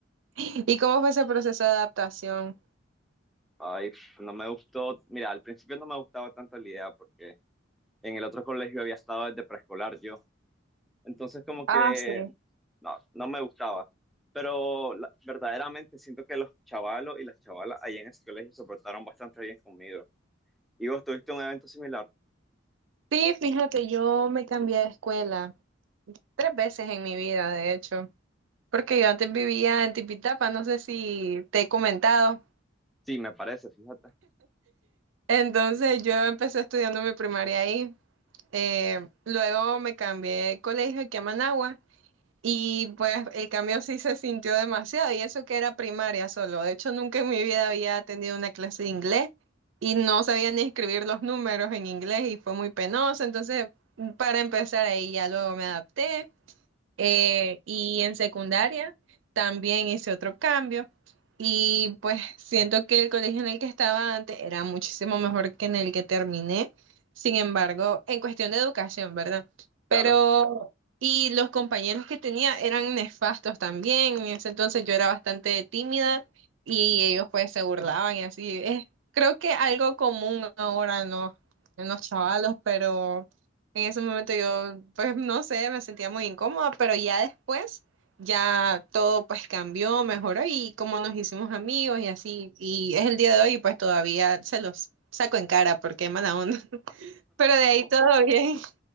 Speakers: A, on the right (about 75°); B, in the centre.
A: ¿Y cómo fue ese proceso de adaptación?
B: Ay, no me gustó, mira, al principio no me gustaba tanto la idea porque en el otro colegio había estado desde preescolar yo Entonces como que
A: Ah, sí.
B: no, no me gustaba. Pero la- verdaderamente siento que los chavalos y las chavalas ahí en ese colegio se portaron bastante bien conmigo. ¿Y vos tuviste un evento similar?
A: Sí, fíjate, yo me cambié de escuela tres veces en mi vida, de hecho. porque yo antes vivía en Tipitapa, no sé si te he comentado.
B: Sí, me parece, fíjate.
A: Entonces yo empecé estudiando mi primaria ahí. Eh, luego me cambié de colegio aquí a Managua y pues el cambio sí se sintió demasiado y eso que era primaria solo. De hecho, nunca en mi vida había tenido una clase de inglés y no sabía ni escribir los números en inglés y fue muy penoso. Entonces, para empezar ahí ya luego me adapté. Eh, y en secundaria también hice otro cambio. Y pues siento que el colegio en el que estaba antes era muchísimo mejor que en el que terminé. Sin embargo, en cuestión de educación, ¿verdad? Pero,
B: Claro.
A: y los compañeros que tenía eran nefastos también. En ese entonces yo era bastante tímida y ellos pues se burlaban y así. Es, creo que algo común ahora en los, en los chavalos, pero en ese momento yo, pues no sé, me sentía muy incómoda, pero ya después, ya todo pues cambió, mejoró y como nos hicimos amigos y así, y es el día de hoy, y pues todavía se los saco en cara porque mala onda. <laughs> Pero de ahí todo bien.